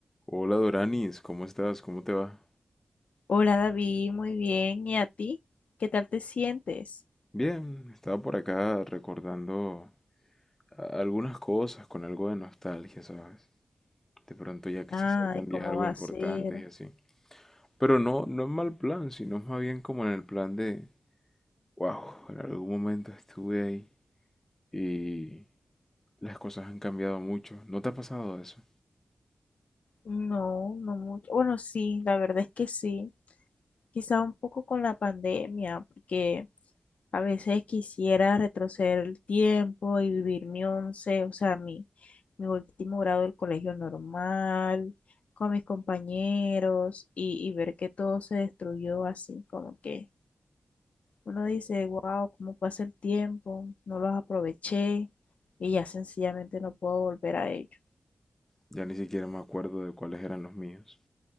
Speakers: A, on the left; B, on the left.
A: Hola Doranis, ¿cómo estás? ¿Cómo te va?
B: Hola David, muy bien. ¿Y a ti? ¿Qué tal te sientes?
A: Bien, estaba por acá recordando a- algunas cosas con algo de nostalgia, ¿sabes? De pronto ya que
B: Ay,
A: se acercan
B: ¿cómo
A: días algo
B: va
A: importantes
B: a ser?
A: y así. Pero no, no en mal plan, sino más bien como en el plan de, wow, en algún momento estuve ahí y las cosas han cambiado mucho. ¿No te ha pasado eso?
B: No, no mucho. Bueno, sí, la verdad es que sí. Quizá un poco con la pandemia, porque a veces quisiera retroceder el tiempo y vivir mi once, o sea, mi, mi último grado del colegio normal, con mis compañeros y, y ver que todo se destruyó así, como que Uno dice, wow, cómo pasa el tiempo, no los aproveché y ya sencillamente no puedo volver a ellos.
A: Ya ni siquiera me acuerdo de cuáles eran los míos.